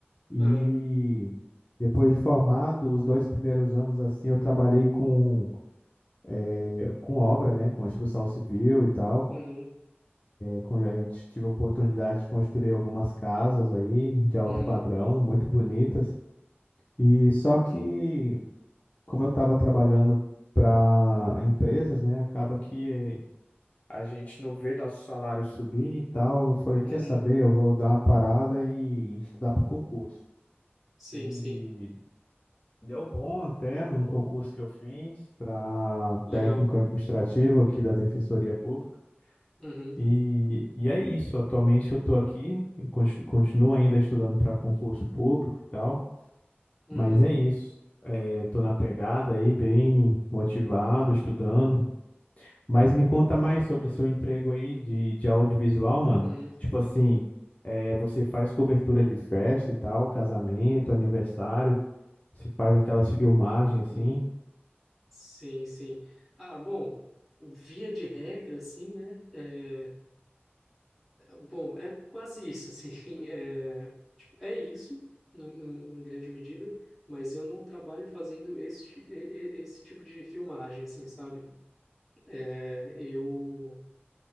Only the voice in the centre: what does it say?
Aham,
uhum,
uhum,
uhum,
uhum.
Sim,
sim,
legal.
Uhum,
uhum,
uhum,
uhum.
Sim, sim. Ah, bom, via de regra, assim, né? É, Bom, é quase isso, assim, <laughs> é, tipo, é isso, em, em- em grande medida, mas eu não trabalho fazendo este, esse tipo de filmagem, assim, sabe? É, Eu